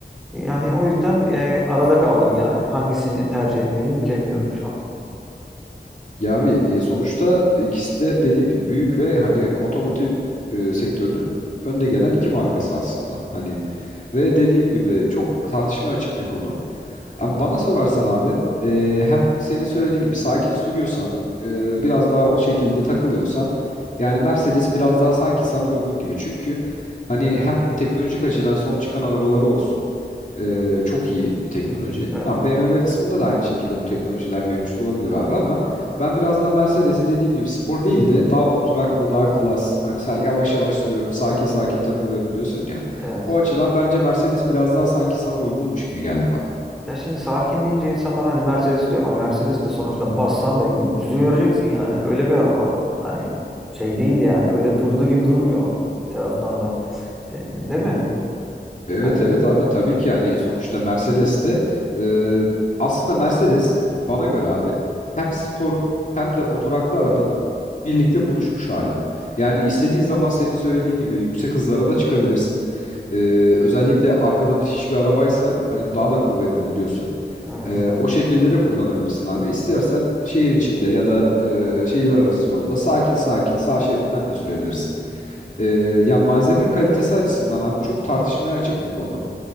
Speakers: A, in the centre; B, on the left (about 45°).
A: Yani o yüzden e, arada kaldım yani. Hangisini tercih etmeliyim bilemiyorum şu an.
B: Ya abi e, sonuçta ikisi de dediğim gibi büyük ve hani otomotiv e, sektörünün önde gelen iki markası aslında. Hani Ve dediğim gibi çok tartışmaya açık bir konu. Abi bana sorarsan abi e, hem senin söylediğin gibi sakin sürüyorsan e, biraz daha o şekilde takılıyorsan yani Mercedes biraz daha sanki sana uygun gibi. Çünkü hani hem teknolojik açıdan son çıkan arabaları olsun e, çok iyi bir teknoloji.
A: Hı hı. Evet,
B: Ha, BMW kısmında da aynı şekilde bu teknolojiler mevcut olabilir abi ama ben biraz daha Mercedes'i dediğim gibi spor değil de daha oturaklı daha klas. Hani sen yavaş yavaş sürüyorum sakin sakin takılıyorum diyorsun ya.
A: evet.
B: O açıdan bence Mercedes biraz daha sanki sana uygunmuş gibi geldi bana.
A: Ya şimdi sakin deyince insanlar hani Mercedes diyor ama Mercedes de sonuçta bassan belki 300'ü göreceksin yani. Öyle bir araba. Hani şey değil yani. Öyle durduğu gibi durmuyor bir taraftan da. Şey, değil mi?
B: Evet
A: Hani
B: evet abi tabii ki yani sonuçta Mercedes'te e, aslında Mercedes bana göre abi hem sporun hem de oturaklı arabanın birlikte buluşmuş hali. Yani istediğin zaman senin söylediğin gibi yüksek hızlara da çıkabilirsin. E, özellikle arkadan hiçbir arabaysa hani daha da kuvvetli biliyorsun.
A: evet.
B: Ee, o şekilde de kullanabilirsin abi. İstersen şehir içinde ya da e, şehirler arası yolda sakin sakin sağ şeritten de sürebilirsin. Ee, ya malzeme kalitesi açısından abi çok tartışmaya açık bir konu.